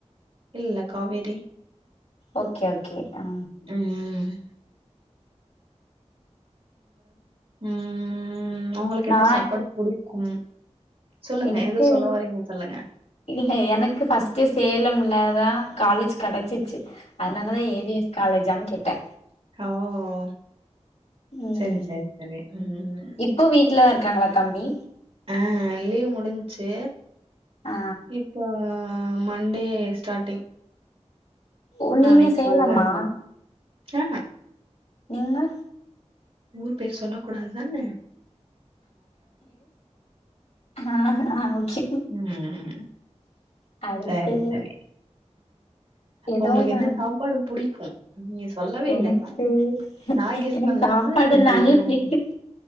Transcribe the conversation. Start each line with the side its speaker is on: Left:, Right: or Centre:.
Right: இல்ல காவேரி
Left: ஓகே ஓகே ஆ
Right: உம் ம் உங்களுக்கு
Left: நா
Right: என்ன சாப்பாடு புடிக்கும் சொல்லுங்க
Left: எனக்கு
Right: எதோ சொல்ல வரீங்க சொல்லுங்க
Left: இல்ல எனக்கு ஃபஸ்ட்டு சேலம்ல தா காலேஜ் கெடச்சிச்சு அதனாலதா ஏ வி எஸ் காலேஜான் கேட்டே
Right: ஹௌஓ
Left: ம்
Right: செரி செரி செரி ம்
Left: இப்போ வீட்ல தா இருக்காங்களா தம்பி
Right: ஆஹ் லீவ் முடிஞ்ச்சு
Left: ஆ
Right: இப்போ மண்டே ஸ்டார்ட்டிங்
Left: ஓ நீங்க
Right: நாளைக்கு
Left: சேலமா
Right: போய்ருவாப்ல அ ஹ
Left: நீங்க
Right: ஊர் பேர் சொல்ல கூடாதுதான
Left: ஆஹ்ஹ ஓகே
Right: ம்
Left: அடுத்து
Right: சேரி செரி
Left: ஏதோ
Right: உங்களுக்கு
Left: நா
Right: என்ன சாப்பாடு புடிக்கும் நீங்க சொல்லவே
Left: எனக்கு
Right: இல்ல இன்னு நா கெஸ்
Left: எனக்கு
Right: பண்ணது
Left: சாப்பாடுனாலே
Right: பிரியாணி
Left: பிடிக்கும்